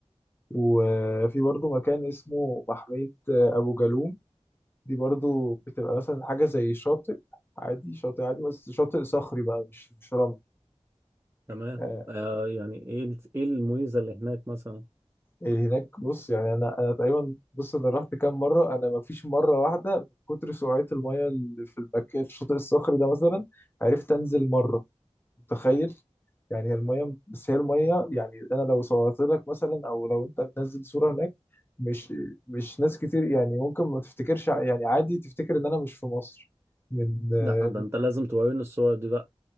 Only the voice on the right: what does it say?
تمام
آه يعني ايه الف- ايه الميزة اللي هناك مثلا
لا ده انت لازم توريني الصور دي بقى